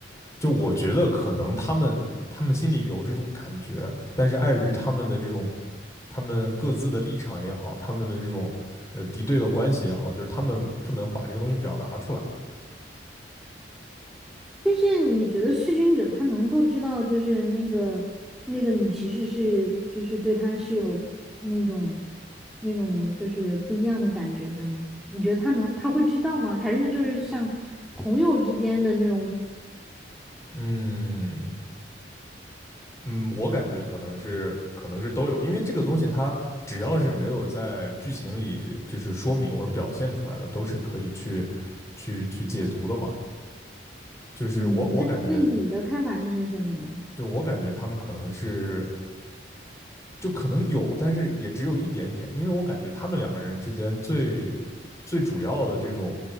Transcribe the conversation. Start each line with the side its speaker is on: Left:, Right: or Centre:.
Left: 就我觉得可能他们他们心里有这种感觉，但是碍于他们的这种他们各自的立场也好，他们的这种呃敌对的关系也好，就是他们不能把这个东西表达出来。
Centre: 但是你觉得弑君者他能够知道，就是那个那个女骑士是就是对他是有那种那种就是不一样的感觉的吗？你觉得他能他会知道吗？还是就是像朋友之间的那种，
Left: 嗯，嗯，我感觉可能是可能是都有，因为这个东西它只要是没有在剧情里就是说明或者表现出来的，都是可以去去去解读的嘛。就是我我感觉，
Centre: 嗯，那那你的看法是什么呢？
Left: 就我感觉他们可能是就可能有，但是也只有一点点，因为我感觉他们两个人之间最最主要的这种，